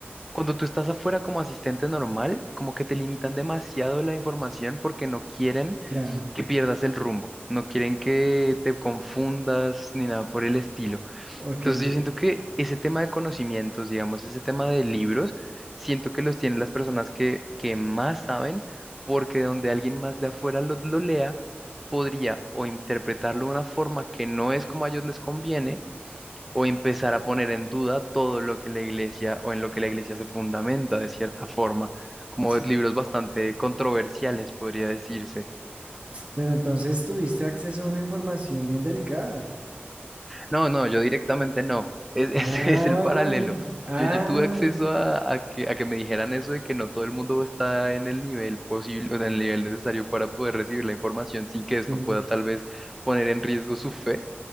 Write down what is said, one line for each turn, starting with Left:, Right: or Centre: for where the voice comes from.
Centre: cuando tú estás afuera como asistente normal, como que te limitan demasiado la información porque no quieren
Right: ya,
Centre: que pierdas el rumbo, no quieren que te confundas ni nada por el estilo.
Right: ok,
Centre: Entonces yo siento que ese tema de conocimientos, digamos, ese tema de libros, siento que los tienen las personas que, que más saben, porque de donde alguien más de afuera lo, lo lea, podría o interpretarlo de una forma que no es como a ellos les conviene, o empezar a poner en duda todo lo que la iglesia o en lo que la iglesia se fundamenta de cierta forma, como
Right: sí.
Centre: libros bastante controversiales, podría decirse.
Right: Pero entonces tuviste acceso a una información bien delicada.
Centre: No, no, yo directamente no. Es, es,
Right: Ah,
Centre: <laughs> es el paralelo.
Right: ah,
Centre: Yo, yo tuve acceso a, a que, a que me dijeran eso de que no todo el mundo está en el nivel posible, o sea, en el nivel necesario para poder recibir la información sin que
Right: sí.
Centre: esto pueda tal vez poner en riesgo su fe,